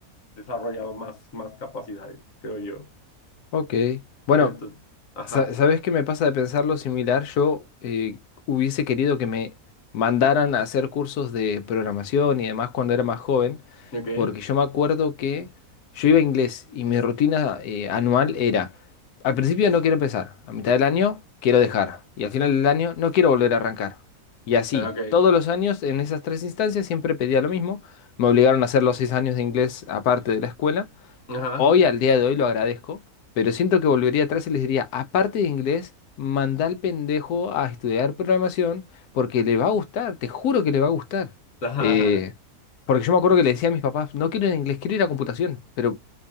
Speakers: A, on the left; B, on the left.
A: desarrollado más, más capacidades, creo yo.
B: Ok. Bueno,
A: Sí, entonces, ajá.
B: Sa- ¿Sabes qué me pasa de pensar lo similar? Yo eh, hubiese querido que me mandaran a hacer cursos de programación y demás cuando era más joven,
A: Ok,
B: porque yo me acuerdo que yo iba a inglés y mi rutina eh, anual era, al principio no quiero empezar, a mitad del año quiero dejar y al final del año no quiero volver a arrancar. Y así,
A: ah, ok,
B: todos los años en esas tres instancias siempre pedía lo mismo, me obligaron a hacer los seis años de inglés aparte de la escuela.
A: ajá,
B: Hoy, al día de hoy, lo agradezco, pero siento que volvería atrás y les diría, aparte de inglés, manda al pendejo a estudiar programación porque le va a gustar, te juro que le va a gustar.
A: ajá,
B: Eh,
A: ajá.
B: porque yo me acuerdo que le decía a mis papás, no quiero ir a inglés, quiero ir a computación, pero